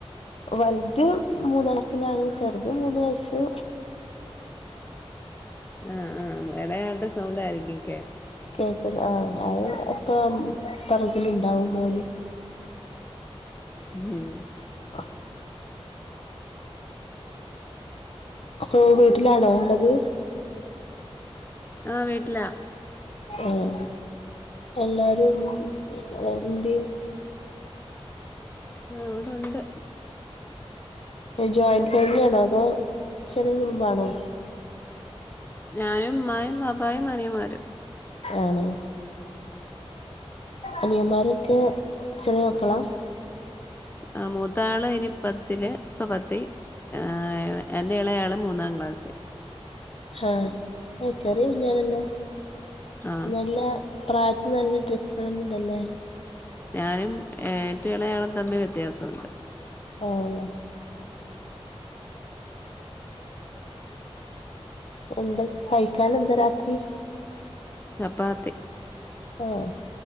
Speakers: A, on the left; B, on the left.
A: വല്ത് മൂന്നാം ക്ലാസിലാണ് ചെറുത് മൂന്ന് വയസ്സ്
B: ആഹ് ആഹ് എയാള്ടെ സൗണ്ടാരിക്കും കേട്ടെ
A: കേക്ക്ന്നാ ആഹ് അത് ഇപ്പ പെറകില് ഇണ്ടാവും മോന്
B: ഉം
A: അസ് അപ്പേ വീട്ടിലാണോ ഇള്ളത്
B: ആഹ് വീട്ടില്ലാ
A: ആഹ് എല്ലാരും എന്തിയോ
B: ആഹ് ഇവടെ ഒണ്ട്
A: ജോയിന്റ് ഫാമില് ആണോ അതോ ചെറിയ കുടുംബാണോ
B: ഞാനും ഉമ്മായും ബാപ്പായും അറിയാൻമ്മരും
A: ആണോ അനിയൻമാരോക്കെ ചെറിയ മക്കളാ
B: ആഹ് മൂത്താള് ഇനി പത്തില് ഇപ്പാ പത്ത് ആഹ് എന്റെ എളയാള് മൂന്നാം ക്ലാസി
A: ആഹ് ആഹ് ചെറിയ കുഞ്ഞാണാല്ലോ
B: ആ
A: നല്ലാ പ്രായത്തിൽ നല്ലാ ഡ്രിഫൻ ഇണ്ടല്ലേ
B: ഞാനും ഏറ്റോം എളയാളും തമ്മി വ്യത്യാസോണ്ട്
A: ആഹ് എന്താ കയിക്ക്യാൻ എന്താ രാത്രി
B: ചപ്പാത്തി
A: ആഹ്